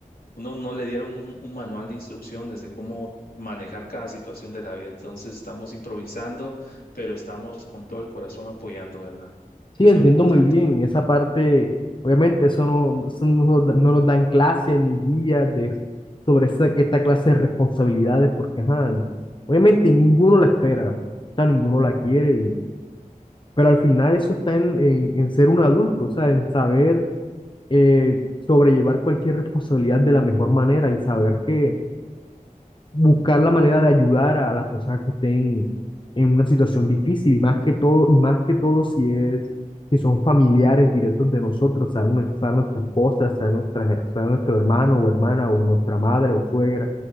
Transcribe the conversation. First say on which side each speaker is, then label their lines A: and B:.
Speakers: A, on the left; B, on the left.
A: uno no le dieron un, un manual de instrucciones de cómo manejar cada situación de la vida. Entonces estamos improvisando, pero estamos con todo el corazón apoyando, ¿verdad?
B: Sí,
A: Que es
B: entiendo
A: lo importante.
B: muy bien esa parte. Obviamente, eso no, eso no, nos da- no nos dan clase ni guías de, sobre esa, esta clase de responsabilidades, porque ajá, obviamente ninguno la espera, o sea, ninguno la quiere, y- pero al final eso está en, en, en ser un adulto, o sea, en saber eh, sobrellevar cualquier responsabilidad de la mejor manera y saber que buscar la manera de ayudar a las personas que estén en una situación difícil, y más que todo, y más que todo si es, si son familiares directos de nosotros, sea, nue- sea nuestra esposa, sea, nuestra, sea nuestro hermano o hermana, o nuestra madre o suegra.